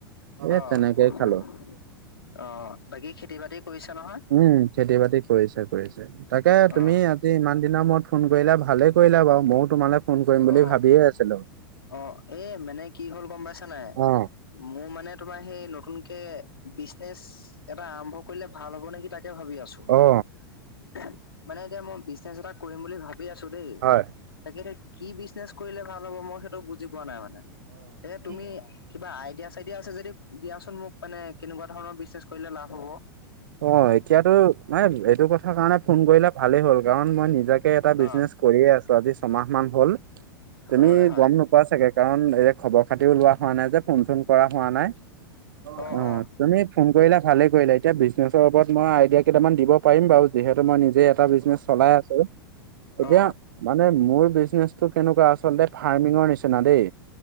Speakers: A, on the right (about 60°); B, on the left (about 75°).
A: <unintelligible>
B: অ <unintelligible>
A: তেনেকেই খালো।
B: অ বাকী খেতি-বাতি কৰিছা নহয়? <unintelligible>
A: উম! খেতি-বাতি কৰিছে-কৰিছে। তাকে তুমি
B: অ
A: <unintelligible> আজি ইমান দিনৰ মূৰত ফোন কৰিলা, ভালেই কৰিলা বাৰু মইয়ো তোমালে <unintelligible>
B: অ
A: ভাবিয়ে আছিলো।
B: <inaudible> অ! এই মানে কি হ'ল গম পাইছা নাই? <unintelligible>
A: অ
B: মোৰ মানে তোমাৰ সেই নতুনকে বিজনেচ <unintelligible> এটা আৰম্ভ কৰিলে ভাল হব নেকি তাকে ভাবি আছোঁ। <inaudible>
A: অ
B: <unintelligible> মানে এতিয়া মই বিজনেচ এটা কৰিম বুলি ভাবি আছোঁ দেই।
A: হয়
B: তাকেহে কি বিজনেচ কৰিলে ভাল হব মই সেইটো বুজি পোৱা নাই মানে। সেইয়ে তুমি
A: অ
B: <unintelligible> কিবা আইডিয়া-চাইডিয়া আছে যদি দিয়া চোন মোক, মানে কেনেকুৱা ধৰণৰ বিজনেছ কৰিলে লাভ হব। <unintelligible>
A: অ! এতিয়াতো <unintelligible> এইটো কথাৰ কাৰণে ফোন কৰিলা ভালেই হ'ল কাৰণ মই নিজাকে <unintelligible> নিজাকে এটা বিজনেছ
B: অ
A: কৰিয়েই আছোঁ। আজি ছমাহ মান হ'ল। তুমি
B: হয় হয়
A: গম নোপোৱা চাগে? <unintelligible> কাৰণ এতিয়া খবৰ-খাতিও লোৱা হোৱা নাই যে, ফোন-চোন কৰা হোৱা নাই। <unintelligible>
B: অ অ
A: তুমি ফোন কৰিলা, ভালেই কৰিলা এতিয়া বিজনেছৰ ওপৰত আইডিয়া কেইটামান দিব পাৰিম বাৰু, যিহেতু মই নিজে <unintelligible> এটা বিজনেছ চলাই আছোঁ। এতিয়া
B: অ অ
A: <inaudible> মানে মোৰ বিজনেচটো কেনেকুৱা আচলতে ফাৰ্মিঙৰ নিচিনা দেই।